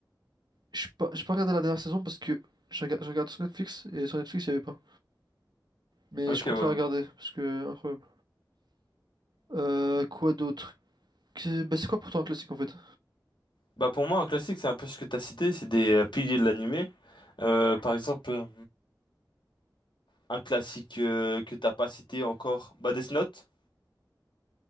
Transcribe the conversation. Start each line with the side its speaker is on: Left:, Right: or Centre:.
Right: je suis pas, j'ai pas regardé la dernière saison parce que je rega- je regarde sur Netflix et sur Netflix il y avait pas. Mais
Left: Ok,
Right: je compte
Left: ouais.
Right: la regarder parce que incroyable. Euh, quoi d'autre? Que- Bah, c'est quoi pourtant un classique en fait?
Left: Bah pour moi, un classique, c'est un peu ce que tu as cité, c'est des euh, piliers de l'animé. Euh, par exemple, euh, un classique euh, que t'as pas cité encore, bah Death Note.